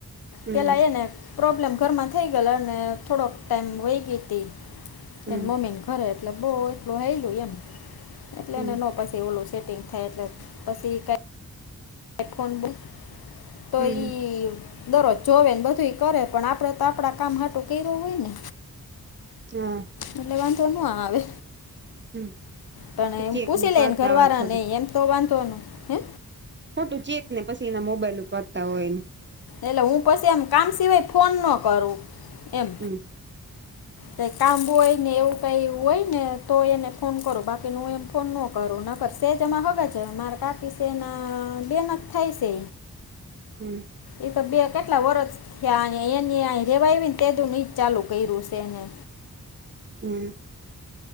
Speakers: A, on the right; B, on the left.
A: હમ
B: પેલા એને પ્રોબ્લેમ ઘરમાં થઈ ગયેલા અને થોડોક ટાઈમ વહી ગઈ હતી.
A: હમ
B: એને મમ્મીને કરે એટલે બઉુ એટલું હેલું એમ એટલે
A: હમ
B: એને નો પછી ઓલું સેટિંગ થાય એટલે પછી ક હેડફોન બુક તો
A: હમ
B: ઈ દરોજ જોવે ને બધું કરે પણ આપડે તો આપણા કામ આટું કર્યું હોય ને
A: હા
B: એટલે વાધો ન આ આવે
A: હમ
B: પણ એમ
A: ચેક
B: પૂછ
A: ને
B: લેને
A: કરતા
B: ઘરવાળા
A: હોય ખોટું
B: ને એમ તો વાંધો ન હે
A: ખોટું ચેક ને પછી એના મોબાઈલ કરતા હોય ને
B: એટલે હું પછી એમ કામ સિવાય ફોન ન કરું એમ
A: હા <unintelligible>
B: તે કામ બોય એવું કઈ હોય ને તો એને ફોન કરો બાકી ન હ એમ ફોન ન કરું ન કર સેજમાં હગા છે મારે તાકી છેને બેન થાય છે
A: હમ
B: એ તો બે કેટલા વરષ થયા એની રેવા આવી ને તેડુની નહી જ ચાલુ કર્યું છે એને
A: હમ